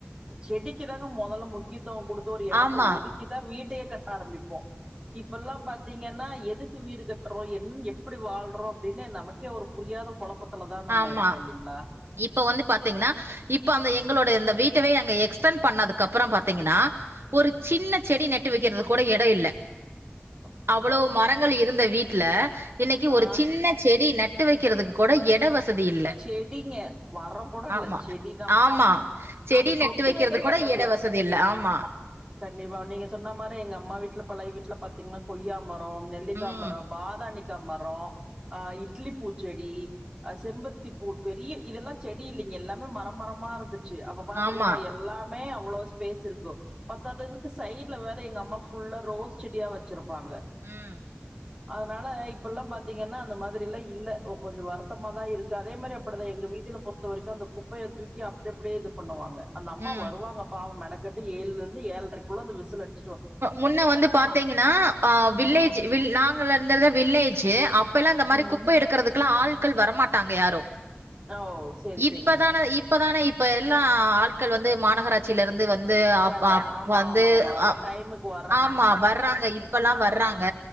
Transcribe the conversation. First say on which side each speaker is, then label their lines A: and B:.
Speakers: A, on the right; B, on the right.
A: செடிக்கு தாங்க மொதல்ல முக்கியத்துவ குடு ஒரு எடத்த
B: ஆமா,
A: ஒதுக்கிதா வீட்டையே கட்ட ஆரம்பிப்போ இப்பெல்லா பாத்திங்னா எதுக்கு வீடு கட்றோ என் எப்டி வாழ்றோ அப்டின்னு நமக்கே ஒரு புரியாத கொழப்பத்துலதா நம்ம
B: ஆமா.
A: இருக்கோ இல்லிங்ளா
B: இப்ப வந்து பாத்திங்கன்னா இப்ப அந்த எங்களோட இந்த வீட்டவே அங்க எக்ஸ்டன் பண்ணதுக்கு அப்புற பாத்திங்கன்னா ஒரு சின்ன செடி நட்டு வக்கிறதுக்கு கூட எடோ இல்ல
A: ஆமா
B: அவ்ளோ மரங்கள் இருந்த வீட்ல இன்னைக்கு
A: ஆ
B: ஒரு சின்ன செடி நட் டு வைக்கிறதுக்கு கூட எடோ வசதி இல்ல
A: செடிங்க மரம் கூடல்ல
B: ஆமா
A: செடிதா
B: ஆமா செடி
A: அத
B: நெட்டு
A: தொட்டி
B: வைக்கிறது
A: வைக்கற
B: கூட
A: எடோ
B: எட
A: இல்ல
B: வசதி ஆமா
A: கண்டிப்பா நீங்க சொன்னா மாரி எங்க அம்மா வீட்ல பழைய வீட்ல பாத்திங்னா கொய்யா மரம் நெல்லிக்கா
B: ம்
A: மரம் பாதா மரோ இட்லி பூச்செடி செம்பருத்தி பூ பெரிய இதெல்லா செடி இல்லைங்க எல்லாமே மரம்மரமா இருந்துச்சு அப்ப பாத்துக்கோங்க
B: ஆமா
A: எல்லா மே அவ்ளோ ஸ்பேஸ் இருக்கு பத்தாதுக்கு சைட்ல வேற எங்க அம்மா ஃபுல்லா ரோஸ் செடியா வச்சிருப் பாங்க
B: ம்
A: அதுனால இப்பெல்லா பாத்தீங்கன்னா அந்த மாதிரிலா இல்ல ஒ கொஞ்சோ வருத்தமா தா இருக்கு அதே மாதிரி அப்டிதா எங்க வீதியில பொறுத்தவரைக்கு அந்த குப்பைய தூக்கி அப்டி அப்டே இது பண்ணுவாங்க அந்த அம்மா
B: ம்
A: வருவாங்க அப் பாவோ மெனக்கட்டு ஏழு இருந்து ஏழ்ரைகுள்ள அந்த விசில் அடுச்
B: முன்ன வந்து பாத்தீங்கனா ஆ வில்லேஜு
A: ம்,
B: வி நாங்க இருந்தது வில்லேஜு அ பெல்லா இந்த மாரி
A: ம்.
B: குப்ப எடுக்குறதுகெல்லா ஆள்கள் வரமாட்டாங்க யாரு
A: ஓ! சரி,
B: இப்பதான
A: சரிங்க.
B: இப் இப்பதான இப்ப எல்லா ஆள்கள் வந்து மாநகராட்சியில இருந்து வந்து அவ்
A: கண்டி
B: அ
A: ஆமா,
B: வந்து
A: ஆமா, ஆமா. அந்த
B: அ
A: டைமுக்கு வர
B: ஆமா வர்றாங்க இப்பெல்லா வர்றாங்க